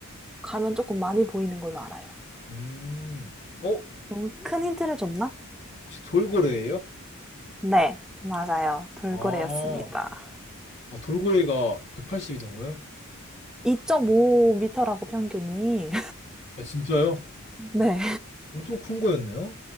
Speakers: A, in the centre; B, on the left.
A: 가면 조금 많이 보이는 걸로 알아요.
B: 음, 어?
A: 너무 큰 힌트를 줬나?
B: 혹시 돌고래예요?
A: 네, 맞아요. 돌고래였습니다.
B: 아, 아, 돌고래가 180이 넘어요?
A: 2.5m라고 평균이.
B: 아, 진짜요?
A: <laughs> 네.
B: 엄청 큰 거였네요?